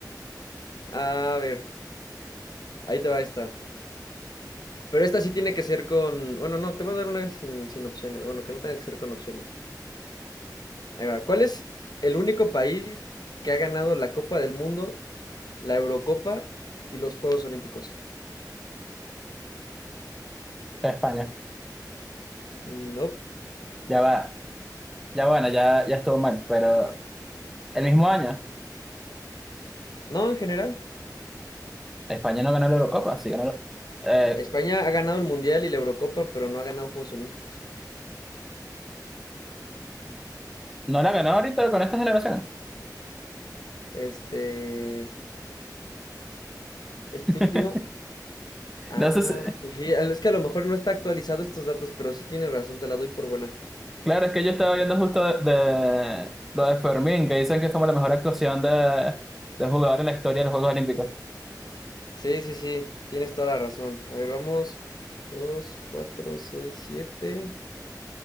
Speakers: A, on the left; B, in the centre.
A: A ver, ahí te va esta. Pero esta sí tiene que ser con... Bueno, no, te voy a dar una sin, sin opciones. Bueno, que no tenga que ser con opciones. Ahí va. ¿Cuál es el único país que ha ganado la Copa del Mundo, la Eurocopa y los Juegos Olímpicos?
B: España.
A: No.
B: Ya va. Ya bueno, ya, ya estuvo mal, pero el mismo año
A: No, en general.
B: España no ganó la Eurocopa, sí ganó, la- eh,
A: España ha ganado el Mundial y la Eurocopa, pero no ha ganado Juegos Olímpicos.
B: no la ganó ahorita con esta generación.
A: Este... Este
B: <laughs>
A: último... Ah,
B: Entonces,
A: pues sí. Es que a lo mejor no está actualizado estos datos, pero sí tienes razón, te la doy por buena.
B: claro, es que yo estaba viendo justo de, de lo de Fermín, que dicen que es como la mejor actuación de, de un jugador en la historia de los Juegos Olímpicos.
A: Sí, sí, sí, tienes toda la razón. A ver, vamos. dos cuatro seis siete